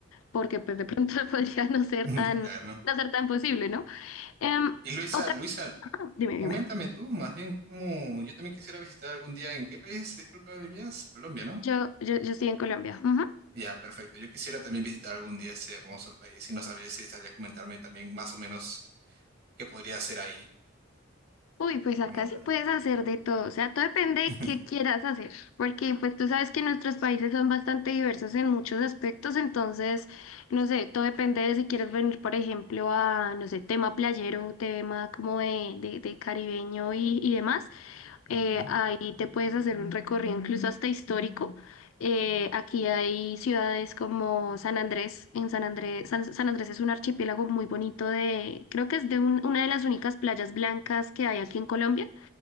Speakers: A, on the left; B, on the right.
A: porque pues de pronto <laughs> podría no ser
B: <laughs>
A: tan,
B: Claro.
A: no ser tan posible, ¿no? Em,
B: Y Luisa,
A: otra,
B: Luisa,
A: ah, dime,
B: coméntame
A: dime, dime.
B: tú más bien cómo yo también quisiera visitar algún día. ¿En qué país, disculpa, vivías? Colombia, ¿no?
A: Yo, yo, yo estoy en Colombia. Ujú.
B: Ya, perfecto. Yo quisiera también visitar algún día ese hermoso país y no sabía si sabías comentarme también más o menos qué podría hacer ahí
A: Uy, pues acá
B: como
A: sí
B: tal.
A: puedes hacer de todo, o sea, todo depende de
B: <laughs>
A: qué quieras hacer, porque pues tú sabes que nuestros países son bastante diversos en muchos aspectos, entonces, no sé, todo depende de si quieres venir, por ejemplo, a, no sé, tema playero, tema como de, de, de caribeño y, y demás, eh,
B: Ujú.
A: ahí te puedes hacer un recorrido incluso hasta histórico. Eh, aquí hay ciudades como San Andrés. En San Andrés, San, San Andrés es un archipiélago muy bonito de, creo que es de un- una de las únicas playas blancas que hay aquí en Colombia.